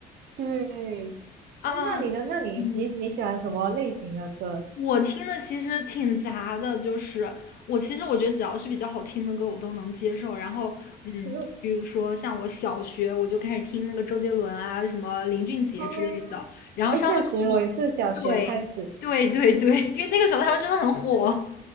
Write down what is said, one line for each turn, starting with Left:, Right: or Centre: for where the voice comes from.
Right: 对，
Left: 啊。
Right: 那你呢？那你你你喜欢什么类型的歌？
Left: 嗯，我听的其实挺杂的，就是我其实我觉得只要是比较好听的歌，我都能接受。然后，嗯，
Right: 就是
Left: 比如说像我小学我就开始听那个周杰伦啊，什么林俊杰之类的。
Right: 哦，
Left: 然后上了初中，
Right: 哎，确实，我也是小学开始，
Left: 对对对对，因为那个时候他们真的很火，